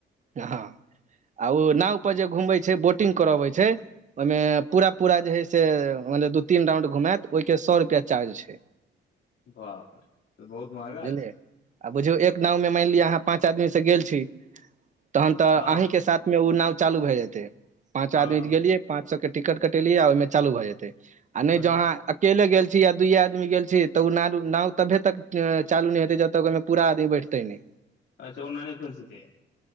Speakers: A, on the right; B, on the left.
A: हँ आ ओ नाव प जे घूमबै छै बोटिंग करबै छै ओईमे पूरा पूरा जे है से माएन लिय दू तीन राउंड घुमात ओई के सए रुपआ चार्ज छै
B: बाप रे बहुत महगा
A: बुझलियै
B: छै
A: आ बुझियौ एक नाव मे मानि लिअ अहाँ पाँच आदमी स गेल छी तहन तऽ
B: हँ
A: अहीं के साथ,, उ नाव चालू भए जेतै पाँच
B: हँ
A: आदमी तऽ गेलियै पांच सो के टिकट कटेलीयै आ ओई मे चालू भए जेते आ नै
B: उएह
A: जो अहाँ अकेले गेल छी या दुये आदमी गेल छी छी तऽ उ नाव तभे तक चालू नै हेते जब तक ओईमे पूरा आदमी बैठतै नै
B: अच्छ ओना नै खुसकैया